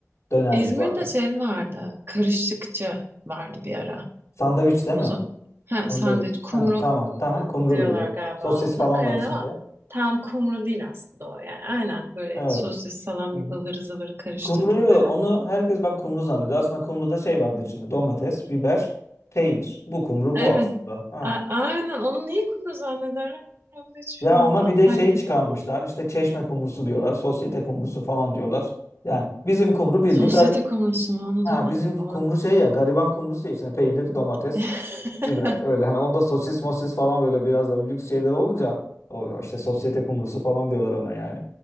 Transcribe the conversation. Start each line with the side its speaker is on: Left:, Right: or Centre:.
Left: Dönerci
Right: İzmir'de
Left: vardı.
Right: şey vardı, karışıkçı vardı bir ara.
Left: Sandviç değil
Right: O
Left: mi?
Right: zaman ha,
Left: Sandviç.
Right: sandviç kumru
Left: Ha, tamam. Tamam. Kumru
Right: e, diyorlar
Left: gibi.
Right: galiba
Left: Sosis
Right: ona
Left: falan
Right: da
Left: var
Right: yani
Left: içinde.
Right: ama tam kumru değil aslında o yani. Aynen böyle
Left: Evet.
Right: sosis salam
Left: Hı hı.
Right: ıvırı zıvırı karıştırdıkları.
Left: Kumruyu onu herkes bak kumru zannediyor. Aslında kumruda şey vardı içinde domates, biber, peynir. Bu kumru
Right: Evet.
Left: bu aslında. Ha.
Right: A- aynen onu niye kumru zannederler? Onu da hiç
Left: Ya
Right: bilmem.
Left: ona
Right: O da
Left: bir
Right: apayrı
Left: de şey
Right: bir
Left: çıkarmışlar.
Right: konu.
Left: İşte çeşme kumrusu diyorlar. Sosyete kumrusu falan diyorlar. Yani bizim kumru bildiğin
Right: Sosyete
Left: gari-
Right: kumrusu mu? Onu
Left: ha,
Right: duymadım
Left: bizim
Right: ben.
Left: kumru
Right: Onu...
Left: şey ya gariban kumrusu ya içinde peynir, domates,
Right: <laughs>
Left: biber öyle. Hani onda sosis mosis falan böyle biraz da lüks şeyler olunca o işte sosyete kumrusu falan diyorlar ona yani.